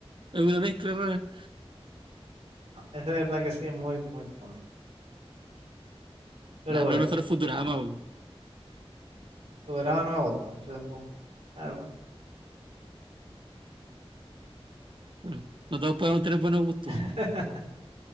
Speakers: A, on the right (about 55°); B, on the right (about 80°).
A: alguna mezcla rara.
B: No, ese de verdad que sí es muy, muy fome. Pero
A: Nada,
B: bueno,
A: pero el mejor es Futurama. po.
B: su programa no me gusta mucho tampoco, la verdad.
A: Bueno, no todos podemos tener buenos gustos.
B: <laughs>